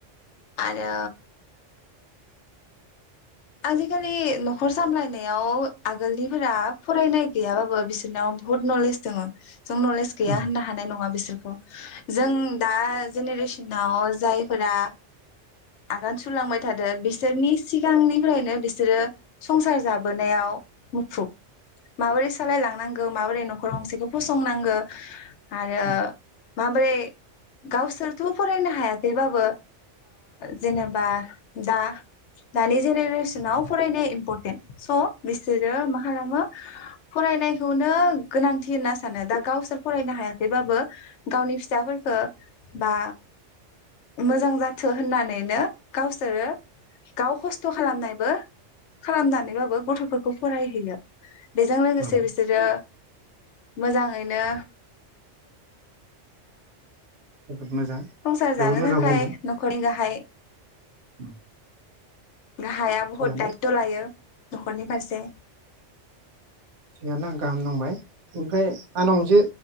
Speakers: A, on the left (about 75°); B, on the right (about 70°).
A: आरो आजिखालि न'खर सामलायनायाव आगोलनिफोरा फरायनाय गैयाबाबो बिसोरनाव बहुत नलेज दङ। जों नलेज गैया
B: उम
A: होननो हानाय नङा बिसोर <unintelligible> जों दा जेनेरेसनाव जाय फोरा आगान सुरलांबाय थादों बिसोरनि सिगांनि फ्रायनो बिसोरो संसार जाबोनायाव मुखुब माबोरै सालायलांनांगौ माबोरै न' नखर गंसेखौ फसंनांगो। आरो
B: उम
A: माब्रै गावसोरथ' फरायनो हायाखैबाबो जेनेबा दा दानि जेनेरेसनाव फरायनाया इम्परटेन्ट स' बिसोरो मा खालामो फरायनायखौनो गोनांथि होनना सानो दा गावसोर फरायनो हायाखैबाबो गावनि फिसाफोरफोरखौ बा मोजां जाथो होननानैनो गावसोरो गाव खस्थ' खालामनायबो खालामनानैबाबो गथ'फोरखौ फरायहैयो। बेजों लोगोसे
B: उम
A: बिसोरो मोजाङैनो
B: <unintelligible>
A: संसार
B: जोबोद
A: जानो
B: मोजां
A: थाखाय
B: बुंदों
A: न'खरनि गाहाय
B: <unintelligible>
A: गाहाया बहुत
B: थिगानो।
A: दायथ लायो दखाननि फारसे
B: थिगानो आं गाहाम नांबाय ओमफ्राय आंनाव मोनसे